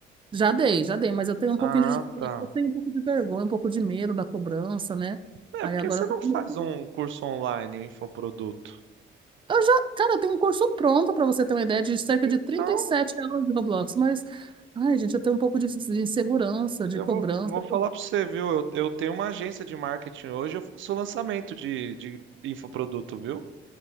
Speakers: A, on the right; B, on the right.
A: Já dei, já dei, mas eu tenho um pouquinho
B: Ah,
A: de, dificuldade,
B: tá.
A: eu tenho um pouco de vergonha, um pouco de medo da cobrança, né?
B: É,
A: Aí
B: por que
A: agora
B: você
A: eu
B: não
A: tô com
B: faz
A: medo.
B: um curso online, um infoproduto?
A: Eu já, cara, eu tenho um curso pronto pra você ter uma ideia de cerca de
B: Então,
A: trinta e sete aulas de Roblox, mas ai, gente, eu tenho um pouco de, de insegurança, de
B: eu
A: cobrança.
B: vou, vou falar pra você, viu? Eu, eu tenho uma agência de marketing hoje, eu faço lançamento de, de infoproduto, viu?